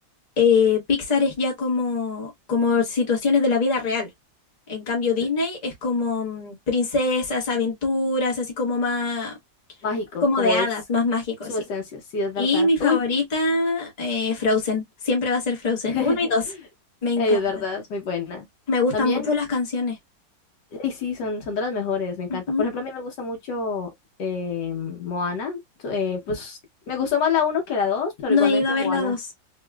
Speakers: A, on the left; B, on the left.
A: eh, Pixar es ya como, como situaciones de la vida real. En cambio, Disney
B: de-
A: es como mm, princesas, aventuras, así como más,
B: mágico,
A: como
B: como
A: de hadas,
B: es
A: más mágico,
B: su
A: sí.
B: esencia? Sí, es verdad.
A: Y mi favorita,
B: Uy,
A: eh, Frozen, siempre va a ser Frozen,
B: <laughs>
A: uno y dos, me encanta.
B: Ey, es verdad, es muy buena.
A: Me gustan
B: También
A: mucho las canciones.
B: Sí, sí, son, son de las mejores, me encanta.
A: Ujú.
B: Por ejemplo, a mí me gusta mucho eh, Moana. T- eh, pues me gustó más la uno que la 2 pero
A: No
B: igualmente
A: he ido a ver
B: Moana.
A: la dos.